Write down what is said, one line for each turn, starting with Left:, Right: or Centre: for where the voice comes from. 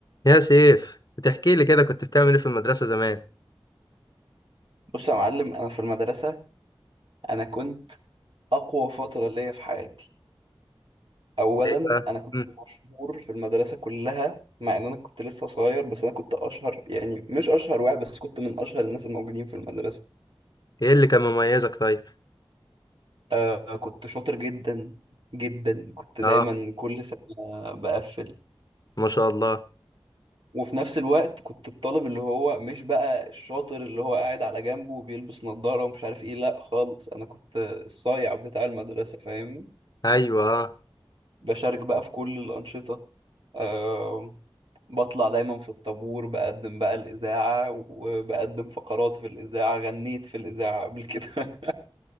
Left: يا سيف بتحكي لي كده كنت بتعمل ايه في المدرسة زمان
Right: بص يا معلم انا في المدرسه انا كنت اقوى فتره ليا في حياتي اولا
Left: ايه بقى
Right: انا كنت
Left: مم.
Right: مشهور في المدرسه كلها مع ان انا كنت لسه صغير بس انا كنت اشهر يعني مش اشهر واحد بس كنت من اشهر الناس الموجودين في المدرسه
Left: ايه اللي كان مميزك طيب
Right: آه كنت شاطر جدا جدا كنت دايما
Left: اه
Right: كل سنه بقفل
Left: ما شاء الله
Right: وفي نفس الوقت كنت الطالب اللي هو مش بقى الشاطر اللي هو قاعد على جنبه وبيلبس نظاره ومش عارف ايه لا خالص انا كنت الصايع بتاع المدرسه فاهمني
Left: ايوه اه
Right: بشارك بقى في كل الأنشطة آه، بطلع دايما في الطابور بقدم بقى الإذاعة وبقدم فقرات في الإذاعة غنيت في الإذاعة قبل كده <laughs>